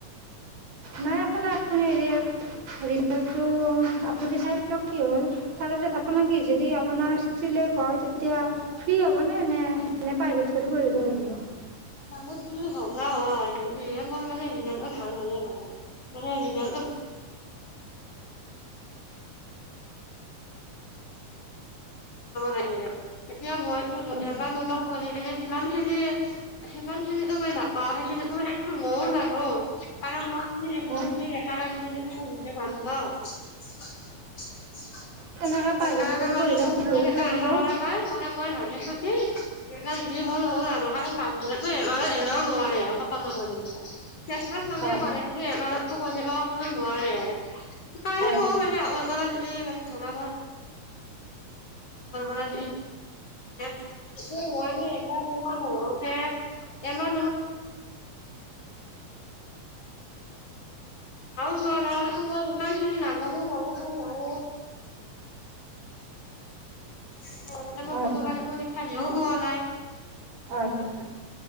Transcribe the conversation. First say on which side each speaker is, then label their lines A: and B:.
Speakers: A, on the right; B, on the left.
A: নাই একো নাই আপুনি হেৰিয়াত ৰিজালটো আপুনি চাই কি হয়, তাৰ পিছত আপোনাৰ কি যদি আপোনাৰ চিলেক্ট হয়, তেতিয়া ফ্ৰী হ'ব নে, নে প্ৰাইভ কৰি পঢ়িব লাগিব!
B: <inaudible> <unintelligible> <unintelligible> কাম লাগনে এতিয়া মইতো
A: হয়
B: এমাহ দুমাহ শুই থাকিলে এনে সিমান খিনি। সিমান খিনিতো মই নাপাওঁ সেইখিনিত সেইটো টো মইয়ও জানো কাৰণ মই কিয় ৰাখিছে
A: হয়
B: কিয় ৰখা নাই, <inaudible> তাৰ কাৰণে মানে মই সিমান
A: তেনেকৈ প্ৰাইভেট কৰি পঢ়িলেতো বহুত
B: এটা
A: লাগিব
B: আশা কৰা নাই মানে মই ভাবিছো। কি এই যি হ'ল হ'ল আৰু কাৰণ নাম মানে এনেও নোৱাৰে সকলো কৰিব চেষ্টাত মানে
A: হয়
B: কৰে। <unintelligible>
A: হয়
B: এই মানে ধৰা হ'ল <inaudible> <unintelligible> <inaudible> পঢ়াও যোৱা নাই মই ইমান খিনি নাজানো মানুহখিনি <unintelligible> <unintelligible> মই ক'লো
A: হয়
B: কাৰণে পৰীক্ষা দিও পোৱা নাই।
A: হয়। <inaudible>